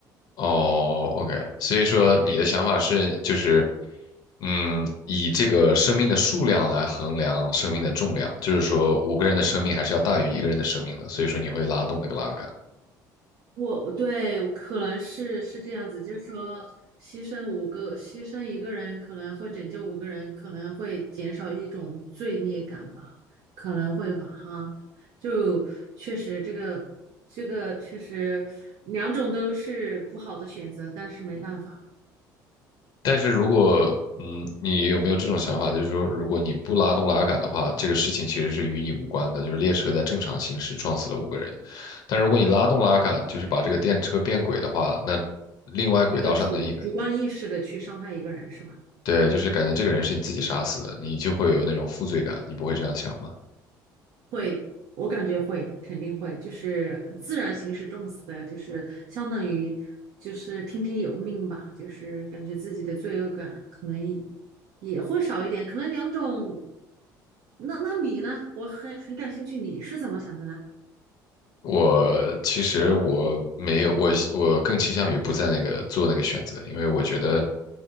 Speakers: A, on the left (about 60°); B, on the right (about 65°).
A: 哦，OK，所以说你的想法是，就是，嗯，以这个生命的数量来衡量生命的重量，就是说五个人的生命还是要大于一个人的生命的，所以说你会拉动那个拉杆。
B: 我我对，可能是是这样子，就是说牺牲五个，牺牲一个人可能会拯救五个人，可能会减少一种罪孽感吧，可能会吧，哈，就确实这个这个确实两种都是不好的选择，但是没办法，
A: 但是如果，嗯，你有没有这种想法，就是说，如果你不拉动拉杆的话，这个事情其实是与你无关的，就是列车在正常行驶撞死了五个人，但如果你拉动拉杆，就是把这个电车变轨的话，那另外轨道上的一个人。
B: 一个主主观意识的去伤害一个人是吧？
A: 对，就是感觉这个人是你自己杀死的，你就会有那种负罪感，你不会这样想吗？
B: 会，我感觉会，肯定会，就是自然形式重死的，就是相当于就是听天由命吧，就是感觉自己的罪恶感可能也会少一点，可能两种。那那你呢？我很很感兴趣，你是怎么想的呢？
A: 我其实我没有，我我更倾向于不在那个做那个选择，因为我觉得